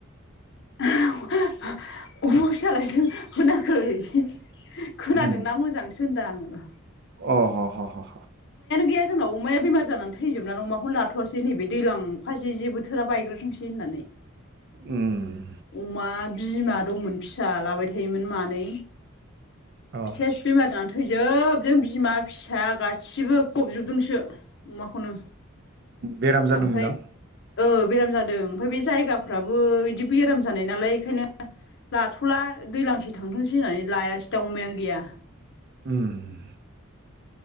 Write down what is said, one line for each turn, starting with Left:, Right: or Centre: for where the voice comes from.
Left: अमा फिसा लायदों होनाखै। खोनादोंना
Right: उम
Left: मोजांसो होनदां आंङो।
Right: अ ह ह ह।
Left: गैया जोंनाव अमाया बेमार जानानै थैजोबनानै अमाखौनो लाथ'वासै नैबे दैजां अखा जे जे बोथोरा बायग्रोथोंसै होननानै।
Right: उम्म।
Left: अमा बिमा दंमोन फिसा लाबाय थायोमोन मानै।
Right: अ
Left: सेस बेमार जानानै थै थैजोबदों बिमा फिसा गासिबो फबजोबदोंसो अमाखौनो।
Right: बेराम जादोंमोनदां?
Left: ओमफ्राय औ बेराम जादों ओमफ्राय बे जायगाफ्राबो बिदि बेराम जानाय नालाय एखायनो लाथ'ला दैज्लांसे थांथोंसै होननानै लायासै दा अमायानो गैया।
Right: उम्म।